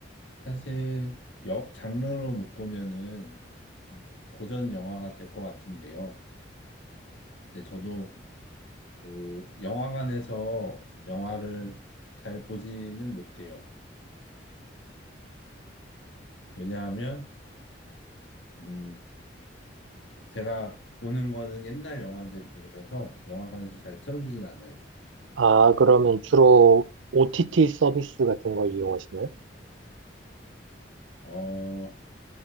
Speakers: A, on the left; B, on the right.
A: 사실, 여, 장르로 묶으면은, 뭐 고전 영화가 될 것 같은데요. 이제 저도 그 영화관에서 영화를 잘 보지는 못해요. 왜냐하면, 음, 제가 보는 거는 옛날 영화들이어서 영화관에서 잘 틀어주진 않아요.
B: 아, 그러면 주로 OTT 서비스 같은 걸 이용하시나요?
A: 어,